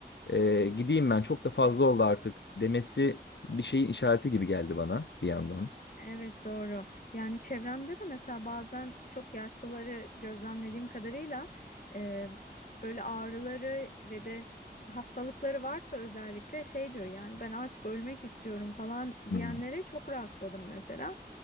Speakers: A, on the left; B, on the left.
A: e, gideyim ben çok da fazla oldu artık demesi bir şeyin işareti gibi geldi bana bir yandan.
B: Evet doğru. Yani çevremde de mesela bazen çok yaşlıları gözlemlediğim kadarıyla e, böyle ağrıları ve de hastalıkları varsa özellikle şey diyor yani ben artık ölmek istiyorum falan
A: Hmm,
B: diyenlere çok rastladım mesela.